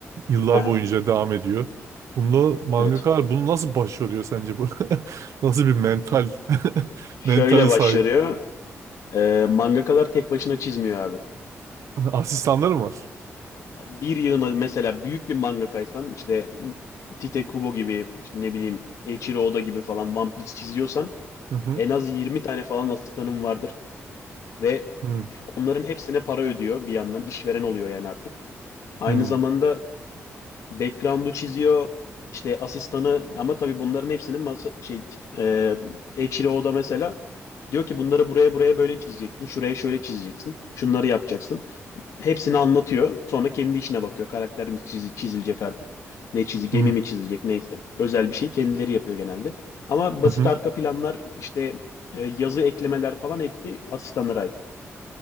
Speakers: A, on the right; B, on the left.
A: yıllar
B: Aha,
A: boyunca devam ediyor. Bunda mangakalar
B: evet.
A: bunu nasıl başarıyor sence bu? <laughs> Nasıl bir mental <laughs>
B: Şöyle
A: mentale
B: başlıyor.
A: sahip?
B: Ee, mangakalar tek başına çizmiyor abi.
A: Asistanları mı var?
B: Bir yığına mesela büyük bir mangakaysan işte Tite Kubo gibi işte ne bileyim Eiichiro Oda gibi falan One Piece çiziyorsan
A: Hı hı.
B: en az 20 tane falan asistanın vardır. Ve
A: Hı
B: onların hepsine para ödüyor bir yandan işveren oluyor yani artık. Aynı
A: hı.
B: zamanda Background'u çiziyor. işte asistanı ama tabii bunların hepsinin masa, şey tit- e, Eiichiro'da mesela diyor ki bunları buraya buraya böyle çizeceksin. Şuraya şöyle çizeceksin. Şunları yapacaksın. Hepsini anlatıyor. Sonra kendi içine bakıyor. Karakter mi çizi- çizilecek artık? Ne çizi, gemi
A: Hı hı.
B: mi çizilecek neyse. Özel bir şey kendileri yapıyor genelde. Ama basit
A: hı.
B: arka planlar işte e, yazı eklemeler falan hepsi asistanlara ait.